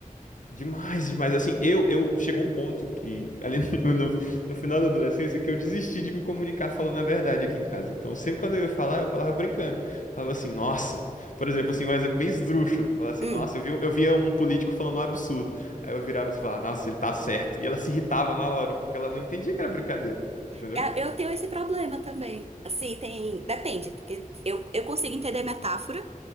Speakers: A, on the left; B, on the right.
A: Demais, demais. Assim, eu, eu chegou um ponto que, ali <laughs> no, no, no final da adolescência, que eu desisti de me comunicar falando a verdade aqui em casa. Então, sempre quando eu ia falar, eu falava brincando. Falava assim, nossa. Por exemplo, assim, um exemplo bem esdrúxulo. Falava assim,
B: Hum.
A: nossa, eu vi, eu via um político falando um absurdo. Aí eu virava assim e falava, nossa, ele tá certo. E ela se irritava na hora, porque ela não entendia que era brincadeira. Entendeu?
B: É, Eu tenho esse problema também. Assim, tem. Depende, porque eu, eu consigo entender metáfora,